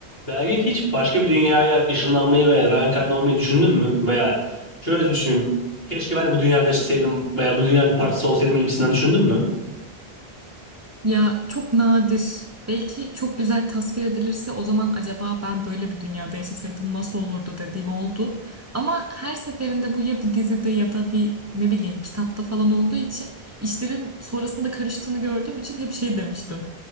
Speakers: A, on the left (about 65°); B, on the right (about 15°).
A: Belki hiç başka bir dünyaya ışınlanmayı veya reenkarne olmayı düşündün mü? Veya şöyle düşünün. Keşke ben de bu dünyada yaşasaydım veya bu dünyanın bir parçası olsaydım gibisinden düşündün mü?
B: Ya çok nadir. Belki çok güzel tasvir edilirse o zaman acaba ben böyle bir dünyada yaşasaydım nasıl olurdu dediğim oldu. Ama her seferinde bu ya bir dizide ya da bir ne bileyim kitapta falan olduğu için işlerin sonrasında karıştığını gördüğüm için hep şey demiştim.